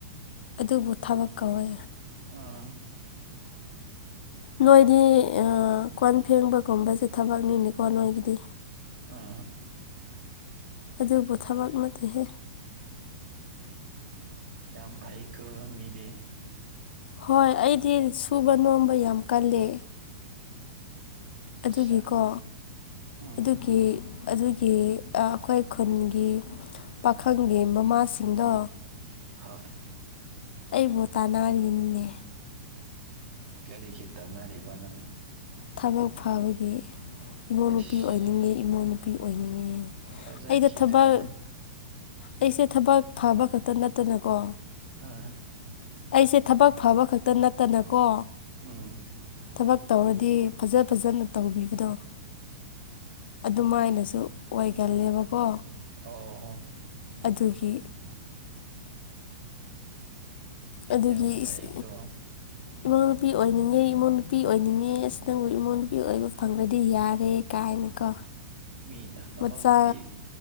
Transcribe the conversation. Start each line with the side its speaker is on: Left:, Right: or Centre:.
Left: ꯑꯗꯨꯕꯨ ꯊꯕꯛ ꯀꯧꯋꯦ
Right: ꯑꯥ
Left: ꯅꯣꯏꯗꯤ ꯑꯥ ꯀꯣꯟ ꯐꯦꯡꯕꯒꯨꯝꯕꯁꯦ ꯊꯕꯛꯅꯤꯅꯦꯀꯣ ꯅꯣꯏꯒꯤꯗꯤ
Right: ꯎꯝ
Left: ꯑꯗꯨꯕꯨ ꯊꯕꯛ ꯅꯠꯇꯦꯍꯦ
Right: ꯌꯥꯝ ꯐꯩ ꯀꯣ ꯃꯤꯗꯤ
Left: ꯍꯣꯏ ꯑꯩꯗꯤ ꯁꯨꯕ ꯅꯣꯝꯕ ꯌꯥꯝ ꯀꯜꯂꯦ ꯑꯗꯨꯒꯤꯀꯣ
Right: ꯁꯥꯁ ꯎꯝ
Left: ꯑꯗꯨꯀꯤ ꯑꯗꯨꯒꯤ ꯑꯥ ꯑꯈꯣꯏ ꯈꯨꯟꯒꯤ ꯄꯥꯈꯪꯒꯤ ꯃꯃꯥꯁꯤꯡꯗꯣ
Right: ꯍꯣꯢ
Left: ꯑꯩꯕꯨ ꯇꯥꯅꯥꯔꯤꯅꯤꯅꯦ
Right: ꯀꯔꯤꯒꯤ ꯇꯟꯅꯥꯔꯤꯕ ꯅꯪꯕꯨ
Left: ꯊꯕꯛ ꯐꯥꯕꯒꯤ ꯏꯃꯧ ꯅꯨꯨꯄꯤ
Right: ꯏꯁ
Left: ꯑꯣꯏꯅꯤꯡꯉꯦ ꯏꯃꯧ ꯅꯨꯨꯄꯤ ꯑꯣꯏꯅꯤꯉꯦ
Right: ꯊꯥꯖꯈꯤꯗ꯭ꯔꯦꯗ
Left: ꯑꯩꯗꯣ ꯊꯕꯛ ꯑꯩꯁꯦ ꯊꯕꯛ ꯐꯥꯕ ꯈꯛꯇ ꯅꯠꯇꯅꯀꯣ
Right: ꯍꯥ
Left: ꯑꯩꯁꯦ ꯊꯕꯛ ꯐꯕ ꯈꯛꯇ ꯅꯠꯇꯅꯀꯣ
Right: ꯎꯝ
Left: ꯊꯕꯛ ꯇꯧꯔꯗꯤ ꯐꯖ ꯐꯖꯅ ꯇꯧꯕꯤꯕꯗꯣ ꯑꯗꯨꯃꯥꯏꯅꯁꯨ ꯑꯣꯏꯒꯜꯂꯦꯕꯀꯣ
Right: ꯑꯣꯍꯣ
Left: ꯑꯗꯨꯒꯤ ꯑꯗꯨꯒꯤ
Right: ꯌꯥꯝ ꯐꯩꯀꯣ
Left: ꯏꯁ ꯏꯃꯧ ꯅꯨꯄꯤ ꯑꯣꯏꯅꯤꯡꯉꯦ ꯏꯃꯧ ꯅꯨꯨꯄꯤ ꯑꯣꯏꯅꯤꯡꯉꯦ ꯑꯁ ꯅꯪꯕꯨ ꯏꯃꯧ ꯅꯨꯨꯄꯤ ꯑꯣꯏꯕ ꯐꯪꯈ꯭ꯔꯗꯤ ꯌꯥꯔꯦ ꯀꯥꯏꯅꯀꯣ
Right: ꯃꯤꯅ ꯋꯃꯧ ꯅꯃꯧꯅꯨꯄꯤ
Left: ꯃꯆꯥ